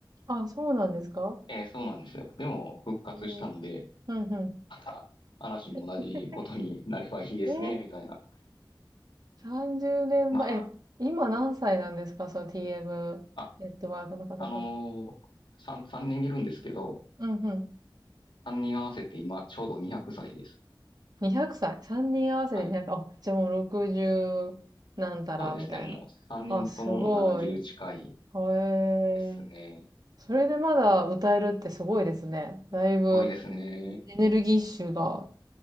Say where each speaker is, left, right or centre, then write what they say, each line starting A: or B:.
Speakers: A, on the right; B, on the left.
A: あ、そうなんですか
B: ええ、そうなんですよ。でも復活したので、
A: うん。うんうん。
B: また嵐も同じことになればいいですね、
A: <laughs> ええ
B: みたいな。
A: 30年前、
B: ま
A: え、今何歳なんですかその TM
B: あ、あ、
A: ネットワークの方々。
B: あのー、3、三人いるんですけど、
A: うんうん。
B: 3人合わせて今ちょうど200歳です。
A: 200歳。3人合わせて200歳。
B: はい。
A: あ、じゃあもう60なんたらみたいな。
B: そうですね。もう3人とももう70近い
A: あ、すごい。へ
B: ですね。
A: え。それでまだ歌えるってすごいですね。だいぶ
B: すごいですね。
A: エネルギッシュが